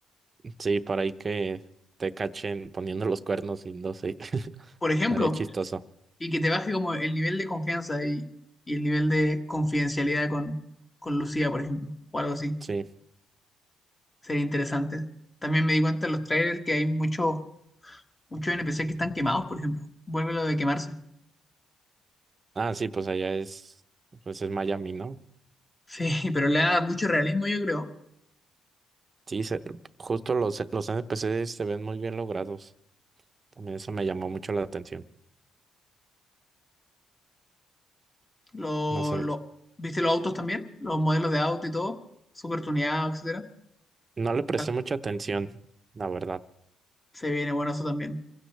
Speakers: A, on the right; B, on the left.
A: Sí, para ahí que te cachen poniendo los cuernos y no sé, <laughs>
B: por ejemplo,
A: estaría chistoso.
B: y que te baje como el nivel de confianza y, y el nivel de confidencialidad con, con Lucía, por ejemplo, o algo así.
A: Sí.
B: Sería interesante. También me di cuenta en los trailers que hay muchos muchos NPC que están quemados, por ejemplo. Vuelve lo de quemarse.
A: Ah, sí, pues allá es, pues es Miami, ¿no?
B: Sí, <laughs> pero le da mucho realismo, yo creo.
A: Sí, se- justo los, los NPCs se ven muy bien logrados. También eso me llamó mucho la atención.
B: Lo,
A: No sé,
B: lo- ¿viste los autos también? Los modelos de auto y todo, súper tuneados, etcétera.
A: no le presté
B: Al-
A: mucha atención, la verdad.
B: Se viene bueno eso también.